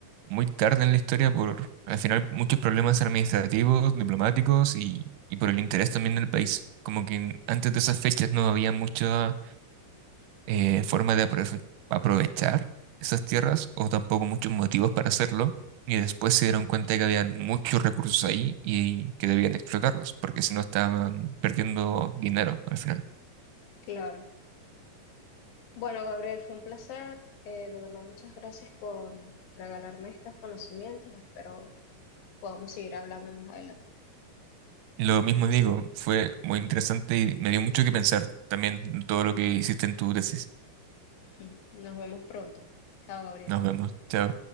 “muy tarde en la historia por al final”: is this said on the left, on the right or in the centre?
Right